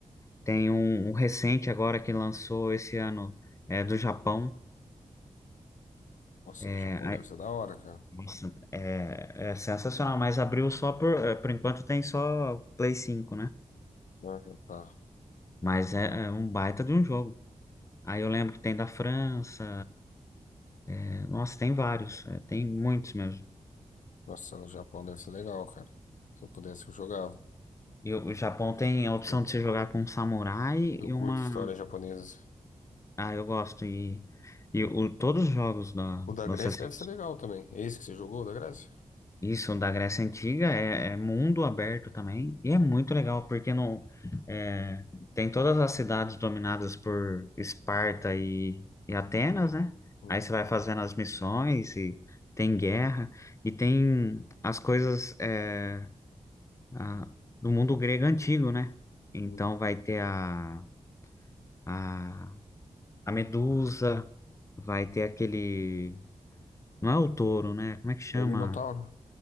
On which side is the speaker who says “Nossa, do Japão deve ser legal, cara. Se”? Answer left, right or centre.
Left